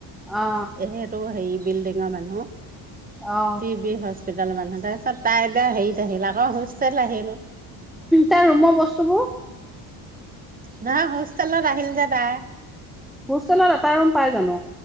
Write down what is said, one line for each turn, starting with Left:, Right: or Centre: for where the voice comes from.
Centre: অ
Right: এইটো হেৰি <unintelligible> <unintelligible>
Centre: অ
Right: টি বি হস্পি <unintelligible> মানুহ তাৰ পিছত তাই এতিয়া হেৰিত আহিল, আকৌ হোষ্টেল আহিল।
Centre: তাৰ ৰুমৰ বস্তুবোৰ?
Right: নাই, হোষ্টেলত যে, আহিল তাই।
Centre: হোষ্টেলত এটা ৰুম পাই জানো?